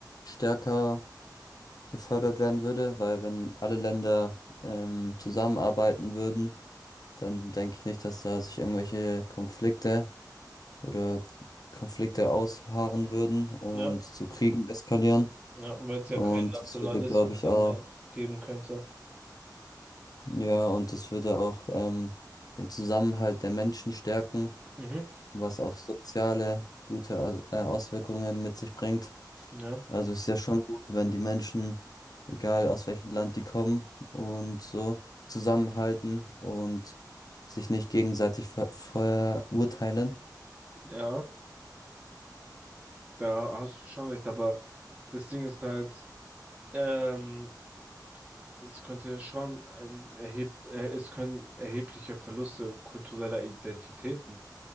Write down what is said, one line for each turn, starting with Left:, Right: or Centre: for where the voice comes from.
Left: stärker gefördert werden würde, weil wenn alle Länder ähm, zusammenarbeiten würden, dann denke ich nicht, dass da sich irgendwelche Konflikte oder Konflikte ausharren würden und
Right: Ja.
Left: zu Kriegen eskalieren.
Right: Ja, weil es ja
Left: Und
Right: keinen Nationalismus
Left: das würde, glaube ich,
Right: dann
Left: auch,
Right: mehr geben könnte.
Left: ja, und das würde auch ähm, den Zusammenhalt der Menschen stärken,
Right: Mhm.
Left: was auch soziale gute Aus- äh, Auswirkungen mit sich bringt.
Right: Ja,
Left: Also es ist ja schon gut, wenn die Menschen, egal aus welchem Land die kommen und so, zusammenhalten und sich nicht gegenseitig ver verurteilen.
Right: ja, da hast du schon recht, aber das Ding ist halt, ähm, es könnte ja schon ein erheb äh, es können erhebliche Verluste kultureller Identitäten